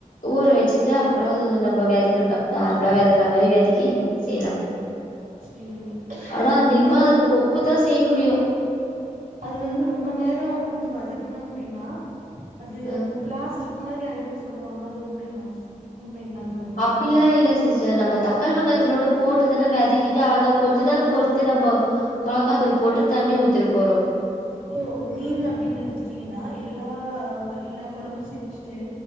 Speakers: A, on the left; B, on the right.
A: ஊற வச்சுட்டு அப்புறம் நம்ம வெதக்கன்னு நார்மலா வெதக்குற மாதிரி வெதக்கி செய்யலா
B: சரிங்க
A: ஆனா அதிகமா
B: ஏன்
A: அதுல தொக்குதா செய்ய முடியு
B: அது வந்து ரொம்ப நேரம் வந்து வதக்கணும் அப்படின்னா அது
A: அ
B: அந்த பிளாஸ்டிக் ஒரு மாரி ஆயிரும்ன்னு சொல்லுவாங்க அது உண்மைங்களா சிஸ் உண்மைங்களா தோழி
A: அப்டிலா இல்ல‌ சிஸ்டர் நம்ம தக்காளி வெங்காயத்தலோட போட்டுதானே வெதக்கிட்டு அவ்ளதா கொஞ்ச நேர பொறுத்து நம்ம மிளகாத்தூள் போட்டு தண்ணி ஊத்திட போறோ
B: இப்போ மீன் அப்படின்னு எடுத்துட்டீங்கன்னா எல்லா எல்லா குழம்பு செஞ்சுட்டு